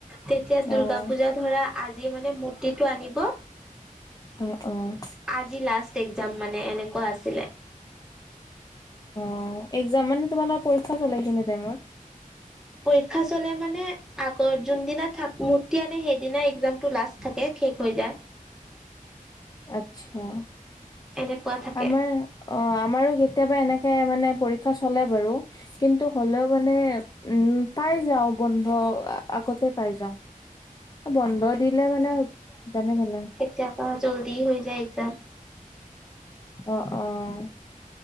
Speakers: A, in the centre; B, on the left.
A: তেতিয়া দূৰ্গা
B: অ',
A: পুজাত ধৰা, আজি মানে মূৰ্তিটো আনিব
B: অ'অ'
A: আজি লাষ্ট এক্সাম মানে, এনেকুৱা আছিলে।
B: অ'এক্সাম মানে তোমালোকৰ পৰীক্ষা চলে এইখিনি টাইমত?
A: পৰীক্ষা চলে মানে, আগত যোনদিনা <unintelligible> মূৰ্তি আনে সেইদিনাই এক্সাম টো লাষ্ট থাকে শেষ হৈ যায়।
B: আচ্ছা।
A: এনেকুৱা থাকে
B: আমাৰ অ' আমাৰো কেতিয়াবা এনেকে মানে পৰীক্ষা চলে বাৰু। কিন্তু হ'লেওঁ মানে উম, পাই যাওঁ বন্ধ আগতে পাই যাওঁ। অ'বন্ধ দিলে মানে, জানে ভালেই।
A: এতিয়াৰ পৰা জল্দি হৈ যায় এক্সাম।
B: অ'অ'